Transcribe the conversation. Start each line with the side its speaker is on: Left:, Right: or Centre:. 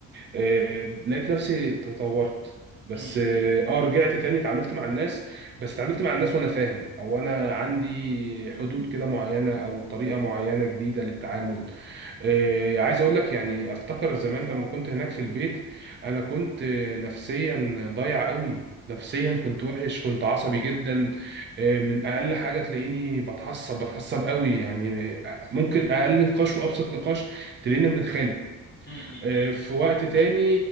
Right: آه، لقيت نفسي تطورت بس
Left: مم.
Right: اه آه، رجعت تاني اتعاملت مع الناس بس اتعاملت مع الناس وانا فاهم او انا عندي حدود كده معينه او طريقه معينه جديده للتعامل آه، عايز اقول لك يعني افتكر زمان لما كنت هناك في البيت انا كنت آه، نفسيا ضايع قوي نفسيا
Left: مم.
Right: كنت وحش كنت عصبي جدا آه، من اقل حاجه تلاقيني بتعصب بتعصب قوي يعني آه، ممكن اقل نقاش وابسط نقاش تلاقينا بنتخانق
Left: مم.
Right: آه،
Left: مم.
Right: في وقت تاني